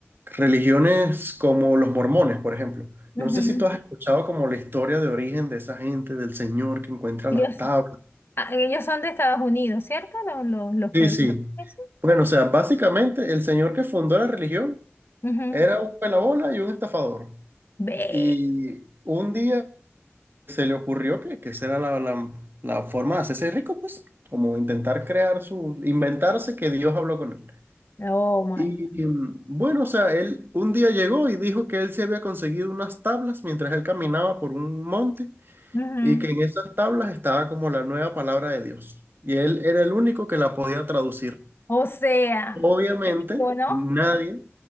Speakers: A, on the right (about 50°); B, on the left (about 55°).
A: religiones como los mormones, por ejemplo.
B: Ujú.
A: No sé si tú has escuchado como la historia de origen de esa gente, del Señor que encuentra
B: Ellos,
A: las tablas.
B: ah, ellos son de Estados Unidos, ¿cierto? Los, los, los
A: Sí,
B: que organizan
A: sí.
B: eso.
A: Bueno, o sea, básicamente el señor que fundó la religión
B: Ujú.
A: era un pelabola y un estafador.
B: Ve.
A: Y un día se le ocurrió que, que esa era la, la- la forma de hacerse rico, pues, como intentar crear su, inventarse que Dios habló con él.
B: Oh my
A: Y
B: God.
A: mm, bueno, o sea, él un día llegó y dijo que él se había conseguido unas tablas mientras él caminaba por un monte
B: Ujú.
A: y que en esas tablas estaba como la nueva palabra de Dios. Y él era el único que la podía traducir.
B: O sea,
A: Obviamente,
B: qué vivo, ¿no?
A: nadie,